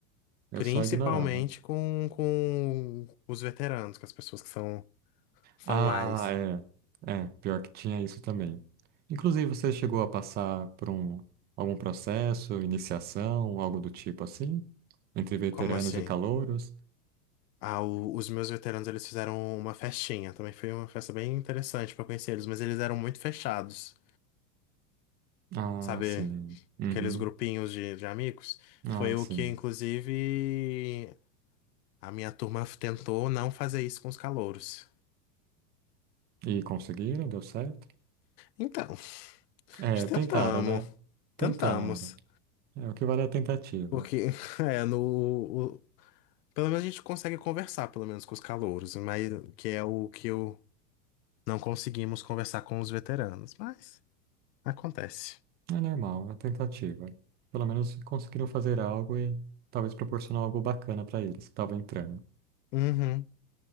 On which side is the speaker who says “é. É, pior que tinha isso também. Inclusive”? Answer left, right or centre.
Right